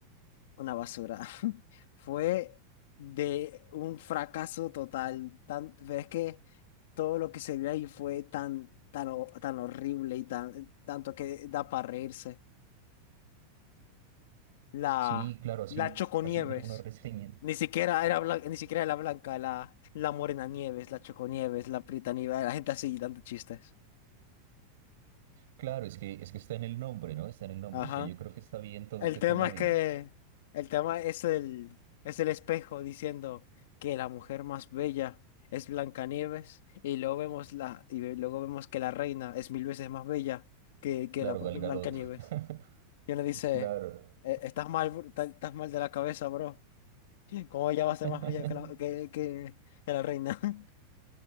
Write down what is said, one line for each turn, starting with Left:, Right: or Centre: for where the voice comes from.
Left: una basura. <laughs> Fue de un fracaso total. Tan, pero es que todo lo que se vio ahí fue tan, tan, ho- tan horrible y tan, tanto que da para reírse. La,
Right: Sí, claro, así,
Left: la Choconieves.
Right: así, mira, una reseña.
Left: Ni siquiera era blanca, ni siquiera era la blanca, la, la Morena Nieves, la Choconieves, la Prieta Nieves, la gente así dando chistes.
Right: Claro, es que, es que está en el nombre, ¿no? Está en el nombre.
Left: Ajá.
Right: O sea, yo creo que está bien todo
Left: El
Right: este
Left: tema
Right: tema de,
Left: es que el tema es el es el espejo diciendo que la mujer más bella es Blancanieves y luego vemos la y ve- luego vemos que la reina es mil veces más bella que, que
Right: claro,
Left: la propia
Right: Gal Gadot.
Left: Blancanieves.
Right: <laughs>
Left: Y uno dice,
Right: Claro.
Left: "Eh, estás mal, bro, ta- estás mal de la cabeza, bro. ¿Cómo ella va a ser
Right: <laughs>
Left: más bella que la, que, que- que la reina? <laughs>